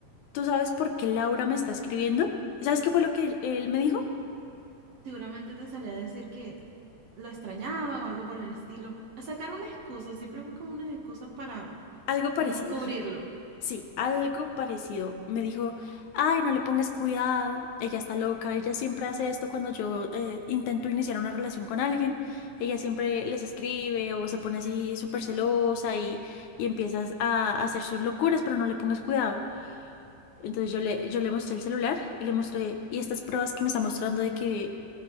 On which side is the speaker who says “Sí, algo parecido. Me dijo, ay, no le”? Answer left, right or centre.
Left